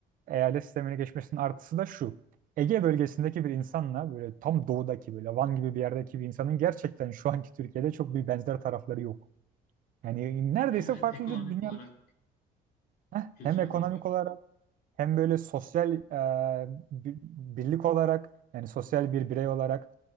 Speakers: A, on the right (about 55°); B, on the left (about 70°).
A: eyalet sistemine geçmesinin artısı da şu. Ege bölgesindeki bir insanla böyle tam doğudaki böyle Van gibi bir yerdeki bir insanın gerçekten şu anki Türkiye'de çok bir benzer tarafları yok. Yani neredeyse
B: Yani evet
A: farklı
B: ekonomik
A: bir dünya.
B: olarak,
A: Heh,
B: kültürel
A: hem ekonomik
B: olarak.
A: olarak hem böyle sosyal e, bir- birlik olarak yani sosyal bir birey olarak